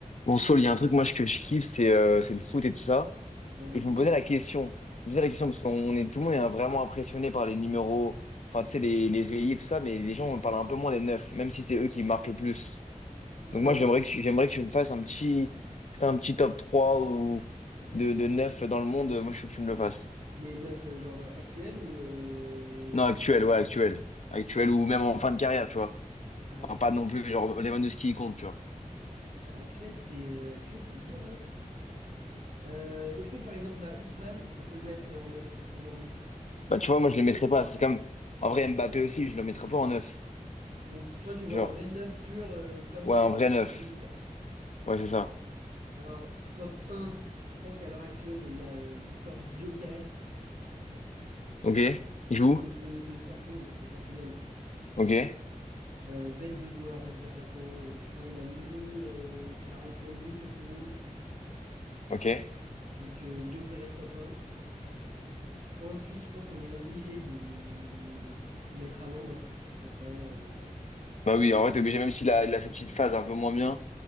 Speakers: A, on the left; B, on the right.
A: Bon, Saul, il y a un truc moi je- que je kiffe, c'est euh, c'est le foot et tout ça.
B: Ben, vas-y.
A: Et je me posais la question, je me posais la question parce qu'on est tout le monde est vraiment impressionné par les numéros, enfin tu sais les les ailiers tout ça, mais les gens on parle un peu moins des neufs, même si c'est eux qui marquent le plus.
B: Ouais,
A: Donc moi j'aimerais
B: je-
A: que tu- j'aimerais que tu me fasses un petit, c'était un petit top 3 ou de de neuf dans le monde. Moi je veux que tu me le fasses.
B: mais neuf, euh, genre euh, actuel ou euh,
A: Non actuel,
B: tout le
A: ouais
B: temps?
A: actuel, actuel ou même en fin de carrière, tu vois.
B: Alors,
A: Enfin pas
B: frère,
A: non plus genre Lewandowski il compte, tu vois.
B: putain, actuel, c'est euh, actuel, c'est dur, hein. Euh, est-ce que par exemple là, Ousmane, on peut le mettre euh, en neuf aujourd'hui?
A: Bah tu vois moi je le mettrais pas. C'est comme en vrai Mbappé aussi, je le mettrais pas en neuf,
B: Donc toi, tu veux
A: genre.
B: un vrai neuf pur euh, comme
A: Ouais,
B: euh,
A: un vrai neuf.
B: dans le jeu, quoi.
A: Ouais, c'est ça.
B: Alors, top un je pense qu'à l'heure actuelle, il y a euh, Victor Gyökeres, c'est
A: Ok. Il joue.
B: le mec de, de Sporting au Portugal.
A: Ok.
B: Euh, bête de joueur, bête d'attaquant, euh, je crois il a mis euh, cinq buts cette saison.
A: Ok.
B: Donc euh, Gyökeres top un Ensuite, je pense qu'on est obligé de, de mettre à Landin. En vrai, euh,
A: Bah oui, en vrai, t'es obligé, même s'il a, il a cette petite phase un peu moins bien,